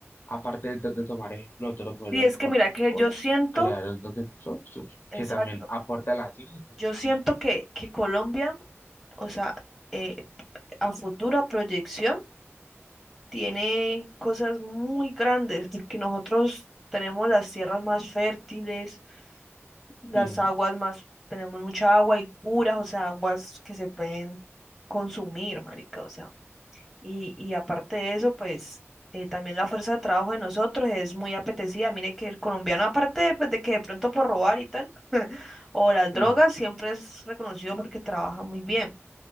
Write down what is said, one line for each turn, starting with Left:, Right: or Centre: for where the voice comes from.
Left: Aparte de, de tomar ejemplo de otros modelos
Centre: Sí, es
Left: económicos,
Centre: que mira que yo siento,
Left: crear el de nosotros,
Centre: exacto,
Left: que también aporta a la ciencia.
Centre: yo siento
Left: Y,
Centre: que, que Colombia, o sea, eh, a futura proyección, tiene cosas muy grandes, que nosotros tenemos las tierras más fértiles Las
Left: sí,
Centre: aguas más, tenemos mucha agua y puras, o sea, aguas que se pueden consumir, marica, o sea. Y, y aparte de eso, pues eh, también la fuerza de trabajo de nosotros es muy apetecida. Mire que el colombiano, aparte de, pues, de que de pronto por robar y tal, <laughs> o las
Left: mm,
Centre: drogas, siempre es reconocido porque trabaja muy bien.